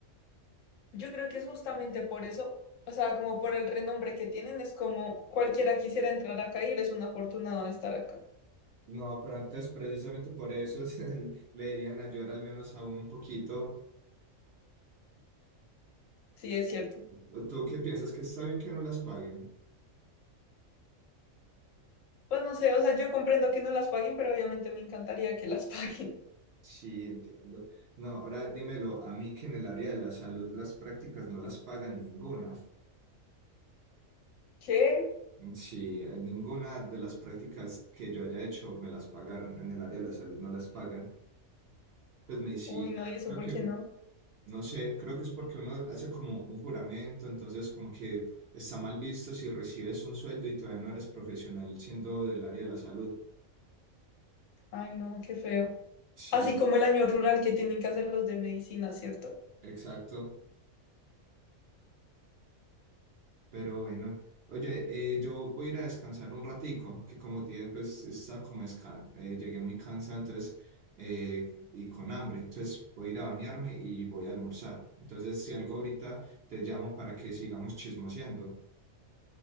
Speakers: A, on the left; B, on the right.
A: Yo creo que es justamente por eso, o sea, como por el renombre que tienen, es como cualquiera quisiera entrar acá y eres un afortunado de estar acá.
B: No, pero antes precisamente por eso <laughs> se- le deberían ayudar al menos a uno un poquito.
A: Sí, es cierto.
B: ¿O ¿Tú qué piensas que está bien que no las paguen?
A: Pues no sé, o sea, yo comprendo que no las paguen, pero obviamente me encantaría que las <laughs> paguen.
B: Sí, entiendo. No, ahora dímelo a mí que en el área de la salud las prácticas no las pagan ninguna.
A: ¿Qué?
B: Sí, eh, ninguna de las prácticas que yo haya hecho me las pagaron. En el área de la salud no las pagan. Pues medicina,
A: Uy, no, ¿y eso
B: creo
A: por
B: que,
A: qué no?
B: no sé, creo que es porque uno hace como un juramento, entonces como que está mal visto si recibes un sueldo y todavía no eres profesional siendo del área de la salud.
A: Ay, no, qué feo.
B: Sí,
A: Así como el año rural que tienen que hacer los de medicina, ¿cierto?
B: exacto. Pero bueno, oye, eh, yo voy a ir a descansar un ratico, que como te dije, pues está como desca- eh, llegué muy cansado, entonces, eh, y con hambre, entonces voy a ir a bañarme y voy a almorzar. Entonces, si algo ahorita te llamo para que sigamos chismoseando.